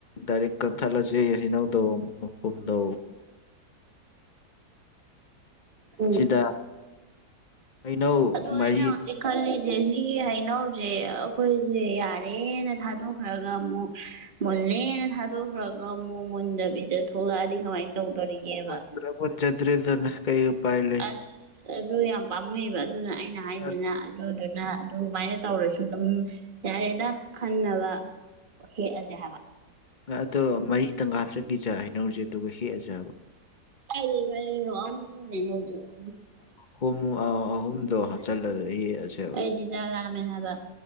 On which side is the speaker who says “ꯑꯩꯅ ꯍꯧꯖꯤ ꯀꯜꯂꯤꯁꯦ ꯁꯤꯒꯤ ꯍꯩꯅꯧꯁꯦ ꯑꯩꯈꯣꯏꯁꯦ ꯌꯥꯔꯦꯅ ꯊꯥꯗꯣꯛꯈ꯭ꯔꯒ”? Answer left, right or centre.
Right